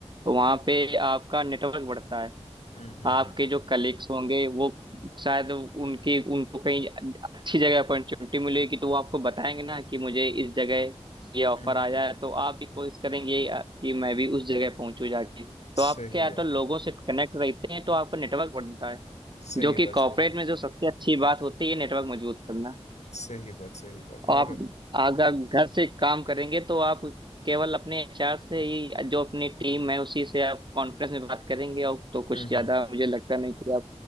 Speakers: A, on the right; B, on the left.
A: तो वहाँ पे आपका नेटवर्क बढ़ता है
B: हम्म हम्म
A: आपके
B: हम्म
A: जो कलीग्स होंगे वो शायद उनकी उनको कहीं अच्छी जगह अपॉर्चुनिटी मिलेगी तो वो आपको बताएंगे ना कि मुझे इस जगह ये ऑफर
B: हम्म हम्म,
A: आया है तो आप भी कोशिश करेंगे अ, कि मैं भी उस जगह पहुंचू जाके तो
B: सही
A: आप क्या है
B: बात
A: तो लोगों से कनेक्ट रहते हैं तो आपका नेटवर्क बनता है
B: सही
A: जो कि
B: बात
A: कॉर्पोरेट
B: सही बात
A: में जो सबसे अच्छी बात होती है नेटवर्क मजबूत करना
B: सही बात सही बात
A: और आप
B: और
A: अगर घर से काम करेंगे तो आप केवल अपने एचआर से ही जो अपनी टीम है उसी से आप कॉन्फ्रेंस में बात करेंगे और तो कुछ
B: हम्म
A: ज्यादा
B: हम्म
A: मुझे लगता नहीं कि